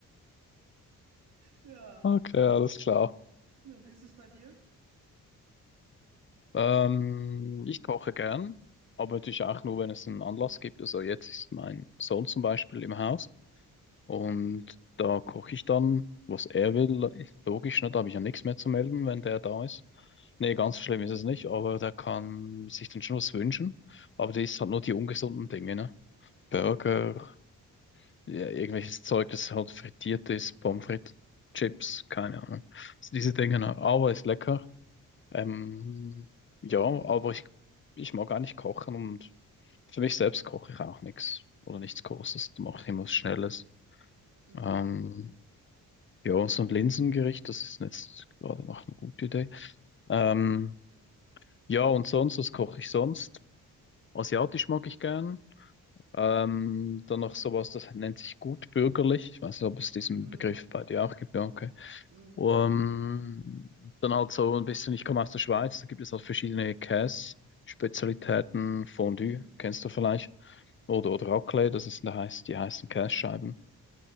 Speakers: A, on the right; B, on the left.
A: Ja,
B: Okay, alles klar.
A: na, wie ist es bei dir?
B: Ähm, ich koche gern, aber natürlich auch nur, wenn es einen Anlass gibt. Also jetzt ist mein Sohn zum Beispiel im Haus und da koche ich dann, was er will. Ist Logisch, ne? Da habe ich ja nichts mehr zu melden, wenn der da ist. Nee, ganz so schlimm ist es nicht, aber der kann sich dann schon was wünschen. Aber der isst halt nur die ungesunden Dinge, ne? Burger, ja, irgendwelches Zeug, das halt frittiert ist, Pommes frites, Chips, keine Ahnung. Also diese Dinge, ne? aber ist lecker. Ähm, ja, aber ich, ich mag eigentlich kochen und für mich selbst koche ich auch nichts oder nichts Großes. Da mache ich immer was Schnelles.
A: Hm,
B: Ähm, ja, so ein Linsengericht, das ist jetzt gerade noch eine gute Idee. Ähm, ja, und sonst, was koche ich sonst? Asiatisch mag ich gern. Ähm, dann noch sowas, das nennt sich gutbürgerlich. Ich weiß nicht, ob es diesen
A: hm,
B: Begriff bei dir auch gibt. Ja, okay.
A: hm,
B: Ähm, dann halt so ein bisschen, ich komme aus der Schweiz, da gibt es halt verschiedene Käse-Spezialitäten, Fondue,
A: hm.
B: kennst du vielleicht, oder, oder Raclette, das ist, heißt, die heißen Kässcheiben.